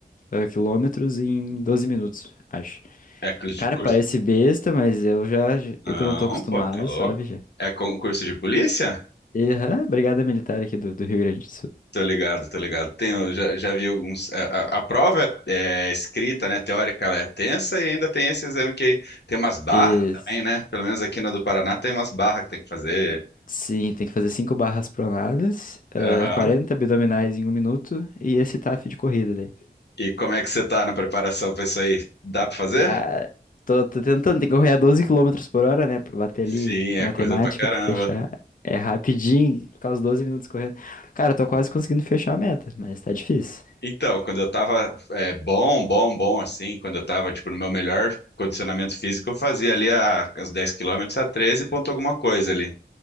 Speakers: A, on the left; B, on the left.
A: ah, quilômetros em 12 minutos, acho.
B: É curso
A: Cara,
B: de curso.
A: parece besta, mas eu já. já-
B: Não,
A: Eu que não tô acostumado,
B: pô, tá louco.
A: sabe? Já.
B: É concurso de polícia?
A: E, aham, brigada militar aqui do, do Rio Grande do
B: Tô ligado, tô ligado. Tem, eu já, já vi alguns. A, a- a prova é, é escrita, né? Teórica, ela é tensa e ainda tem esse exame que tem umas barras
A: Sul.
B: também, né? Pelo menos aqui na do Paraná tem umas barras que tem que fazer.
A: Sim, tem que fazer 5 barras pronadas, ah,
B: Aham.
A: 40 abdominais em um minuto e esse TAF de corrida daí.
B: E como é que você tá na preparação pra isso aí? Dá pra fazer?
A: Cara, tô, tô tentando, tem que correr a 12 quilômetros por hora, né? Pra bater
B: Sim,
A: ali
B: é
A: a matemática,
B: coisa pra caramba.
A: pra fechar. É rapidinho, ficar os 12 minutos correndo. Cara, eu tô quase conseguindo fechar a meta, mas tá difícil.
B: Então, quando eu tava é, bom, bom, bom, assim, quando eu tava, tipo, no meu melhor condicionamento físico, eu fazia ali a, os 10 quilômetros a 13 ponto alguma coisa ali.